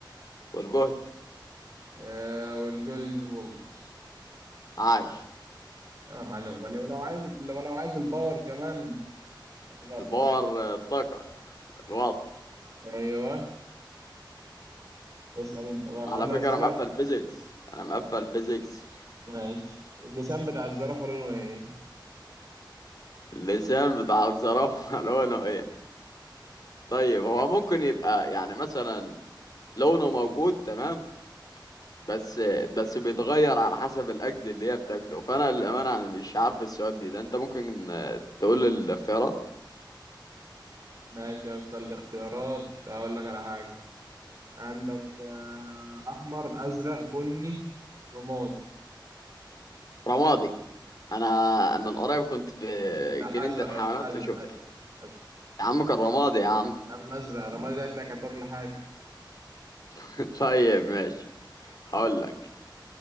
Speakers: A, on the left; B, on the right.
A: والجهد
B: آه والجول الفولت
A: عاش
B: اه معلوم ولو لو عايز لو لو عايز الباور كمان هتبقى الباور
A: الباور
B: عادي.
A: الطاقة الوات
B: ايوه اسال انت بقى
A: على
B: انا
A: فكرة
B: اسالك
A: انا مقفل فيزيكس انا مقفل فيزيكس
B: ماشي اللسان بتاع الزرافه لونه ايه
A: اللسان بتاع الزرافة <laughs> لونه ايه طيب هو ممكن يبقى يعني مثلا لونه موجود تمام بس بس بيتغير على حسب الاكل اللي هي بتاكله فانا للامانه انا مش عارف السؤال دي ده انت ممكن آه، تقول الاختيارات
B: ماشي يا اسطى الاختيارات اقول لك على حاجه عندك آه احمر ازرق بني رمادي
A: رمادي انا من قريب كنت في
B: مم، لا
A: جنينه
B: ازرق
A: الحيوانات
B: يا اسطى ازرق
A: وشفتها
B: ازرق ازرق
A: يا عم كان رمادي يا عم
B: يا عم ازرق رمادي ده قلت لك هتاكل حاجه
A: <laughs> طيب ماشي هقول لك